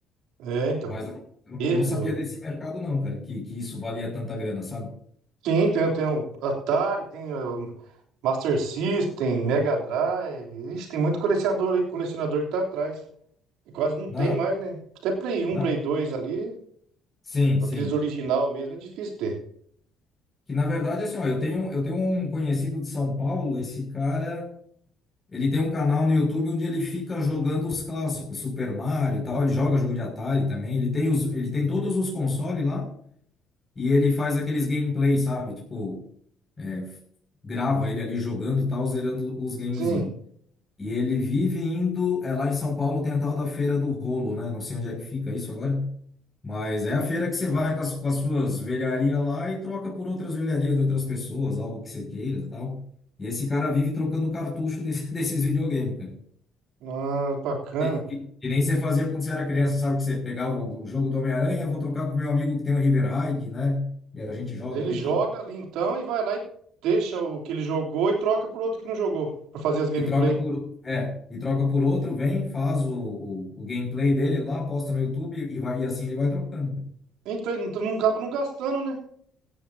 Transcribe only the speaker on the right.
É, então.
Ele,
o-
sim, tem, tem o Atari, tem o Master System, Mega Drive. Ixi, tem muito colecionador aí, colecionador que tá atrás. E quase não
tem mais, né? Até Play um
Play dois ali,
aqueles
original mesmo, é difícil ter.
Sim,
ah, bacana.
Ele
joga
ali então e vai lá e deixa o que ele jogou e troca pro outro que não jogou, pra fazer as gameplay.
Então então não acaba não gastando, né?